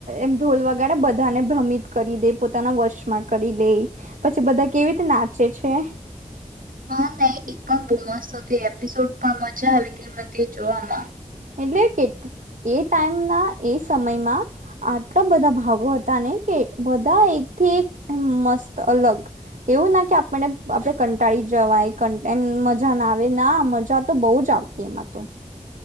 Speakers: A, on the right (about 65°); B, on the right (about 85°).
A: મ ઢોલ વગાડ બધાને ભ્રમિત કરી દે પોતાના વર્શમાં કરી લે પછી બધા કેવી રી નાચે છે
B: હા નહી એ પણ બોવ મસ્ત હતું એપિસોડ પણ મજા આવી હતી મ જોવામાં
A: એટલે કે એ ટાઈમ ના એ સમયમાં આટલા બધા ભાગો હતા ને કે બધા એક થી એક મસ્ત અલગ એવું ના કે આપને આપણે કંટાળી જવાય એમ મજા ના આવે ના મજા તો બહુ જ આવતી એમાં તો